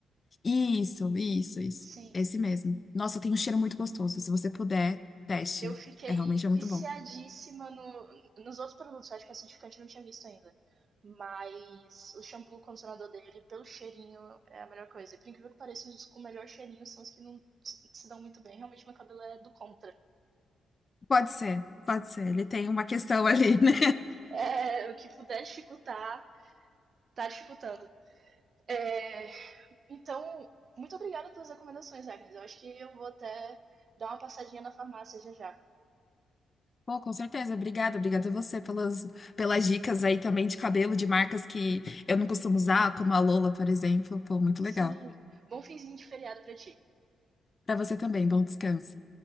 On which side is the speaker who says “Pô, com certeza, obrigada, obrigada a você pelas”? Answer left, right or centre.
Left